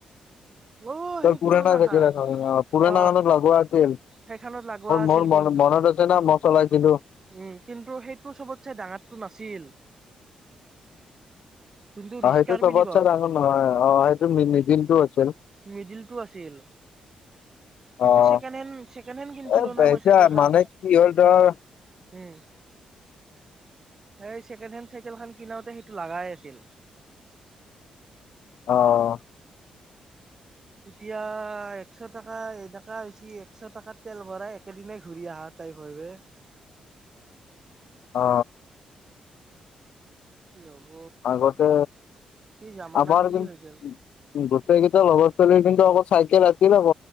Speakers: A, on the right; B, on the left.
A: অ
B: ত
A: সেই
B: পুুৰনা
A: পুৰণা
B: চাগে
A: খান
B: অ, পুৰণা
A: অ
B: খনত লগুৱা আছিল।
A: সেইখনত লাগোৱা আছিল
B: মোৰ-মোৰ ম
A: কিন্তু
B: মনত আছে না মই চলাইছিলো।
A: উম, কিন্তু সেইটো চবতছে ডাঙাতটো নাছিল। যোনটো
B: অ,
A: ৰিস্কাৰ
B: সেইটো চবতচে
A: বুলি কয়
B: ডাঙৰ নহয় অ, সেইটো মিদিলটো আছিল।
A: মিডিল টো আছিল। সেইটো
B: অ',
A: ছেকেণ্ডহেণ্ড-ছেকেণ্ডহেণ্ড কিনছিলো
B: এ
A: না মই
B: এতিয়া
A: চাইকেল খন।
B: মানে কি হ'ল ধৰ
A: উম, সেই ছেকেণ্ড হেণ্ড চাইকেলখন কিনাওতে সেইটো লগাই আছিল।
B: অ',
A: এতিয়া একশ টকা এনেেকা হৈছে একশ টকাত তেল ভৰাই, একেদিননে ঘূৰি আহাত <unintelligible>
B: অ,
A: কি হ'ব
B: আগতে
A: কি জামানা
B: আমাৰ
A: কি
B: কিন্তু
A: হৈ গ'ল।
B: গোটেই গেইটা লগৰ ছোৱালী কিন্তু অ', চাইকেল আছিল আক